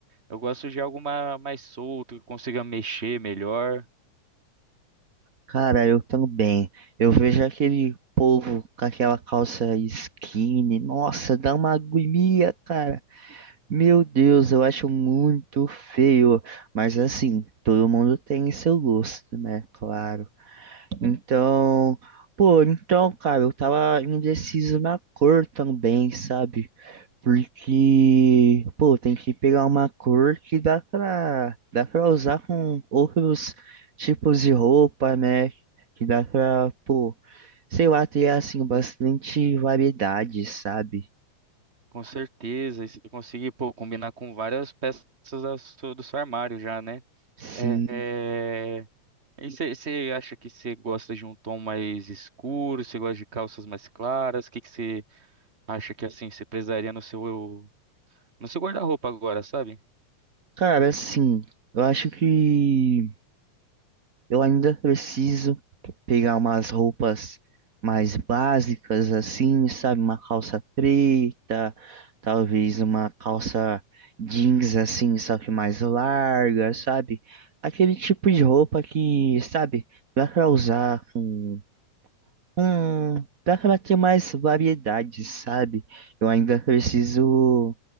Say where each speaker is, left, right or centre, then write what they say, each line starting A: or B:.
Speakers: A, on the right; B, on the right.
A: Eu gosto de algo ma- mais solto, que consiga mexer melhor.
B: Cara, eu também. Eu vejo aquele povo com aquela calça skinny. Nossa, dá uma agonia, cara. Meu Deus, eu acho muito feio. Mas assim, todo mundo tem seu gosto, né? Claro. Então, pô, então, cara, eu tava indeciso na cor também, sabe? Porque, pô, tem que pegar uma cor que dá pra, dá pra usar com outros tipos de roupa, né? Que dá pra, pô, sei lá, ter, assim, bastante variedade, sabe?
A: Com certeza, e se conseguir, pô, combinar com várias peças da su- do seu armário já, né?
B: Sim.
A: É, é, E você acha que você gosta de um tom mais escuro? Você gosta de calças mais claras? O que que você acha que assim você precisaria no seu no seu guarda-roupa agora, sabe? <laughs>
B: Cara, assim, eu acho que. Eu ainda preciso pegar umas roupas mais básicas assim, sabe? Uma calça preta, talvez uma calça jeans assim, só que mais larga, sabe? Aquele tipo de roupa que, sabe, dá pra usar com, com... dá pra ter mais variedade, sabe? Eu ainda preciso